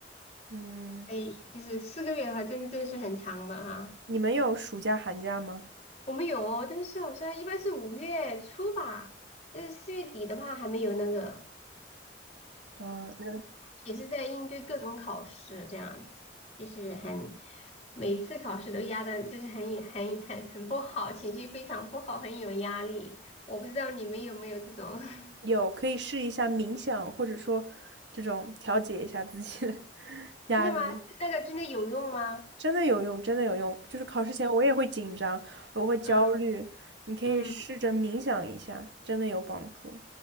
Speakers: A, on the right; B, on the left.
A: 嗯，
B: 所以就是四个月的话，真的真的是很长的哈。
A: 你们有暑假、寒假吗？
B: 我们有哦，但是好像一般是五月初吧，但是四月底的话还没有那个。
A: 嗯，
B: 也是在应对各种考试这样子，就是很每次考试都压的，就是很很很很不好，情绪非常不好，很有压力。我不知道你们有没有这种，<laughs>
A: 有，可以试一下冥想，或者说这种调节一下自己的 <laughs> 压力，
B: 真的吗？那个真的有用吗？
A: 真的有用，真的有用。就是考试前我也会紧张，我会焦虑，
B: 嗯
A: 你可以试着冥想一下，
B: 嗯，
A: 真的有帮助。